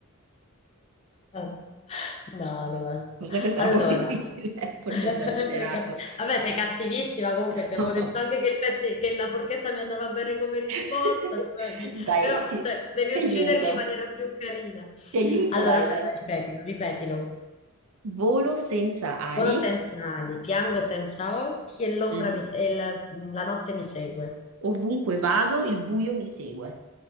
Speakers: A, on the left (about 30°); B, on the right (about 80°).
A: Oh. No, non la so.
B: Forse questa
A: Allora,
B: era un po' <laughs> difficile, forse
A: <laughs> sei
B: un po' esagerato.
A: cat- vabbè, sei cattivissima comunque, ti
B: No.
A: avevo detto anche che, il petti- che la forchetta mi andava bene come risposta,
B: <laughs>
A: cioè, mi-
B: Dai,
A: però
B: ti,
A: cioè, potevi
B: ti
A: uccidermi
B: aiuto,
A: in maniera più carina.
B: ti aiuto,
A: Allora,
B: dai,
A: aspetta,
B: dai.
A: ripetilo, ripetilo.
B: Volo senza ali,
A: Volo senza ali, piango senza occhi e l'ombra
B: Mm.
A: mi se- e il- mm, la notte mi segue.
B: ovunque vado, il buio mi segue.